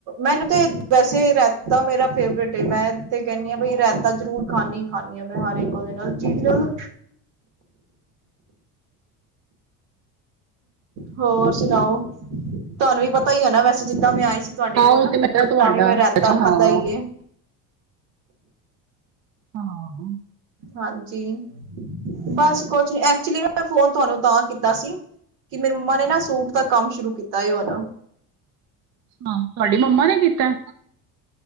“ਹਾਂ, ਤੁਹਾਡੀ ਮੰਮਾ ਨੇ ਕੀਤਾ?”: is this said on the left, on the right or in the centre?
Right